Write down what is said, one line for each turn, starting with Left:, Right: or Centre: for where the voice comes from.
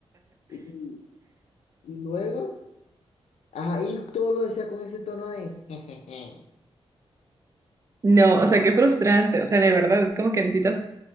Left: Y, y luego, ajá, y todo lo decía con ese tono de <laughs> jejeje.
Right: No, o sea, qué frustrante, o sea, de verdad, es como que necesitas